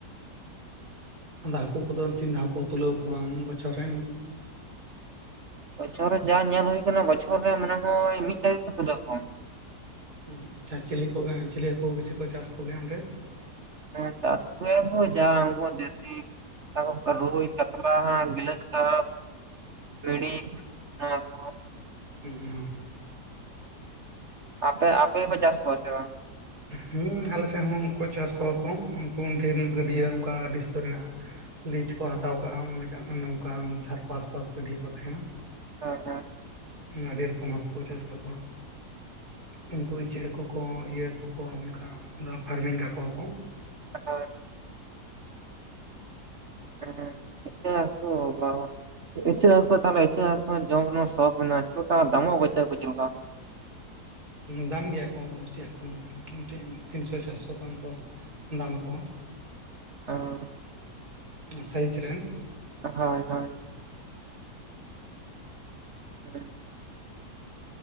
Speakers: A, on the right (about 65°); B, on the right (about 45°).
A: ᱟᱫᱚ ᱦᱟᱹᱠᱩ ᱠᱚᱫᱚ ᱛᱤᱱ ᱫᱷᱟᱣ ᱠᱚ ᱛᱩᱞᱟᱹᱣ ᱠᱚᱣᱟ ᱵᱚᱪᱷᱚᱨ ᱨᱮ?
B: ᱵᱚᱪᱷᱚᱨ ᱨᱮ ᱡᱟ ᱧᱮᱞ ᱦᱩᱭᱳ ᱠᱟᱱᱟ ᱵᱚᱪᱷᱚᱨ ᱨᱮ ᱢᱚᱱᱮ ᱦᱚᱭ ᱢᱤᱫ ᱫᱷᱟᱣ ᱜᱮ ᱠᱚ ᱛᱩᱞᱟᱹᱣ ᱠᱚᱣᱟ᱾
A: <unintelligible> ᱪᱤᱞᱤ ᱠᱚᱜᱮ ᱪᱤᱞᱤ ᱦᱟᱹᱠᱩ ᱵᱤᱥᱤ ᱠᱚ ᱪᱟᱥ ᱠᱚ ᱜᱮᱭᱟ ᱚᱸᱰᱮ?
B: ᱦᱮᱸ ᱪᱟᱥ ᱠᱚᱭᱟᱠᱟ ᱡᱟ ᱩᱱᱠᱩ ᱦᱟᱸᱜ ᱫᱮᱥᱤ, ᱨᱩᱭ ᱠᱟᱛᱞᱟ ᱦᱟᱸᱜ ᱜᱤᱞᱟᱹᱥ ᱠᱟᱯ᱾ ᱵᱮᱲᱤ, <unintelligible>
A: ᱦᱮᱸ, <unintelligible>
B: ᱟᱯᱮ ᱟᱯᱮ ᱯᱮ ᱪᱟᱥ ᱠᱚᱣᱟ ᱥᱮ ᱵᱟᱝ?
A: ᱦᱩᱸ, ᱟᱞᱮ ᱥᱮᱫ ᱦᱚᱸ ᱩᱱᱠᱩ ᱪᱟᱥ ᱠᱚᱣᱟ ᱠᱚ ᱩᱱᱠᱩ ᱰᱷᱮᱨ ᱧᱚᱜ ᱜᱟᱹᱰᱭᱟᱹ ᱚᱱᱠᱟ ᱟᱹᱰᱤ ᱩᱥᱛᱟᱹᱨ ᱢᱮᱱᱟᱜ-ᱟ᱾ ᱞᱤᱡ ᱠᱚ ᱦᱟᱛᱟᱣ ᱠᱟᱜᱼᱟ ᱢᱚᱱᱮ ᱠᱟᱜ ᱢᱮ ᱱᱚᱝᱠᱟ ᱫᱷᱟᱨ ᱯᱟᱥᱼᱯᱟᱥ ᱜᱟᱹᱰᱭᱟᱹ ᱠᱚ ᱛᱟᱦᱮᱸᱱᱟ᱾
B: <unintelligible>
A: ᱟᱹᱰᱤ ᱨᱚᱠᱚᱢ ᱦᱟᱹᱠᱩ ᱠᱚ ᱪᱟᱥ ᱠᱟᱠᱚᱣᱟ᱾ ᱩᱱᱠᱩ ᱤᱪᱟᱹᱜ ᱦᱟᱹᱠᱳ ᱠᱚ ᱤᱭᱟᱹ ᱦᱟᱠᱳ ᱠᱚ ᱚᱱᱠᱟ ᱫᱚᱢᱮ ᱯᱷᱟᱨᱢᱤᱝ ᱠᱟᱠᱚᱣᱟ ᱠᱚ᱾
B: <unintelligible> ᱦᱮᱸ ᱤᱪᱟᱹᱜ ᱦᱟᱹᱠᱩ, <unintelligible> <unintelligible> ᱤᱪᱟᱹᱜ ᱦᱟᱠᱳ ᱛᱟᱦᱚᱞᱮ ᱤᱪᱟᱹᱜ ᱦᱟᱠᱳ ᱡᱚᱢ ᱨᱮᱱᱟᱜ ᱥᱚᱠ ᱢᱮᱱᱟᱜᱼᱟ ᱪᱮᱫ ᱞᱮᱠᱟ ᱫᱟᱢ ᱟᱠᱚ ᱤᱪᱟᱹᱜ ᱦᱟᱠᱳ ᱪᱮᱫ ᱞᱮᱠᱟ?
A: ᱫᱟᱢ ᱜᱮᱭᱟ ᱠᱚ ᱤᱪᱟᱹᱜ ᱦᱟᱠᱳ ᱢᱚᱴᱟᱢᱩᱴᱤ ᱛᱤᱱᱥᱚ ᱪᱟᱨᱥᱚ ᱜᱟᱱ ᱠᱚ ᱫᱟᱢ ᱟᱠᱚ
B: <unintelligible>
A: ᱥᱟᱭᱤᱡ ᱨᱮᱱᱼᱼ
B: ᱦᱳᱭ ᱦᱳᱭ <unintelligible>